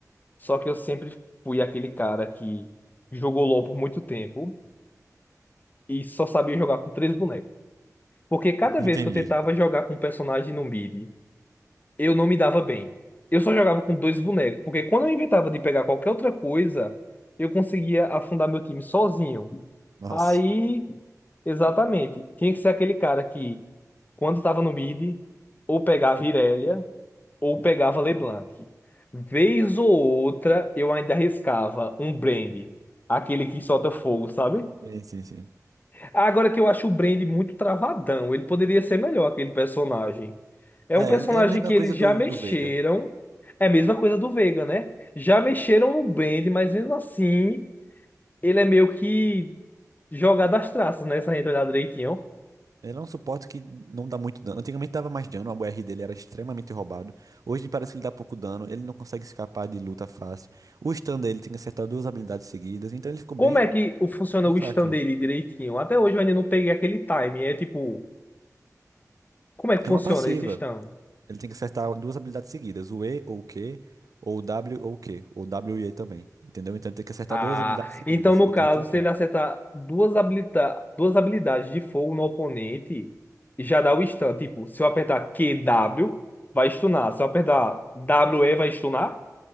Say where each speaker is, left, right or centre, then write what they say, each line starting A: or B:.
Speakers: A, on the left (about 30°); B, on the right (about 65°).
A: só que eu sempre fui aquele cara que jogou LoL por muito tempo e só sabia jogar com três bonecos. Porque cada
B: <laughs> Entendi.
A: vez que eu tentava jogar com um personagem no mid, eu não me dava bem. Eu só jogava com dois bonecos, porque quando eu inventava de pegar qualquer outra coisa, eu conseguia afundar meu time sozinho.
B: Nossa.
A: Aí, exatamente, tinha que ser aquele cara que, quando estava no mid, ou pegava Irelia, ou pegava LeBlanc. Vez ou outra, eu ainda arriscava um Brand, aquele que solta fogo, sabe?
B: Sim, sim, sim.
A: Agora que eu acho o Brand muito travadão, ele poderia ser melhor aquele personagem. É
B: É,
A: um personagem
B: ele- é a mesma
A: que
B: coisa
A: eles já
B: do,
A: mexeram.
B: do Veiga.
A: É a mesma coisa do Vega, né? Já mexeram no Brand, mas mesmo assim, ele é meio que jogado às traças, né? Se a gente olhar direitinho.
B: Ele é um suporte que não dá muito dano. Antigamente dava mais dano, a UR dele era extremamente roubado. Hoje parece que ele dá pouco dano, ele não consegue escapar de luta fácil. O stun dele tem que acertar duas habilidades seguidas, então ele ficou
A: Como
B: bem,
A: é que o- funciona
B: bem
A: o
B: fraquinho.
A: stand dele direitinho? Até hoje eu ainda não peguei aquele time. É tipo, como é que
B: É
A: funciona
B: uma passiva.
A: esse stand?
B: Ele tem que acertar duas habilidades seguidas, o E ou o Q, ou o W ou o Q, ou W e E também, entendeu? Então ele tem que acertar
A: Ah,
B: duas habilidades seguidas
A: então no
B: e
A: caso,
B: tem um tempinho.
A: se ele acertar duas, habilita duas habilidades de fogo no oponente, já dá o stun. Tipo, se eu apertar Q W vai stunar. Se eu apertar W E vai stunar.